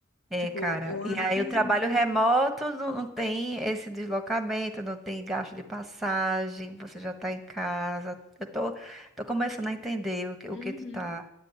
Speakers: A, in the centre; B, on the left (about 60°).
A: É,
B: tipo,
A: cara.
B: eu ando
A: E aí
B: quinze
A: o trabalho
B: minutos
A: remoto não, não tem esse deslocamento, não tem gasto de passagem, você já tá em casa. Eu tô, tô começando a entender o que, o
B: Uhum.
A: que tu tá